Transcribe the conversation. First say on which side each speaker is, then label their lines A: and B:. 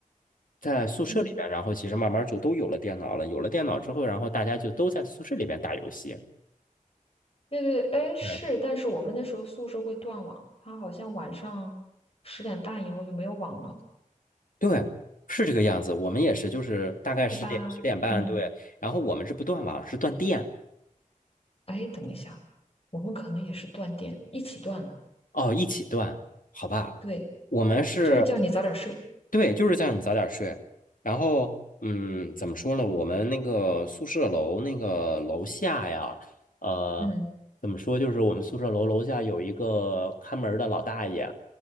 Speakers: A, on the left; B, on the left.
A: 在宿舍里边，
B: 嗯，
A: 然后其实慢慢就都有了电脑了。有了电脑之后，然后大家就都在宿舍里边打游戏。
B: 对对，哎是，
A: 对
B: 但是我们那时候宿舍会断网，它好像晚上十点半以后就没有网了，
A: 对，是这个样子。我们也是，就是大概十点十点半，
B: 对吧？嗯，
A: 对，然后我们是不断网，是断电。
B: 哎，等一下，我们可能也是断电，一起断了。
A: 哦，一起断，好吧？
B: 对，
A: 我们是，
B: 就是叫你早点睡。
A: 对，就是叫你早点睡。然后，嗯，怎么说呢？我们那个宿舍楼那个楼下呀，呃，
B: 嗯
A: 怎么说？就是我们宿舍楼楼下有一个看门儿的老大爷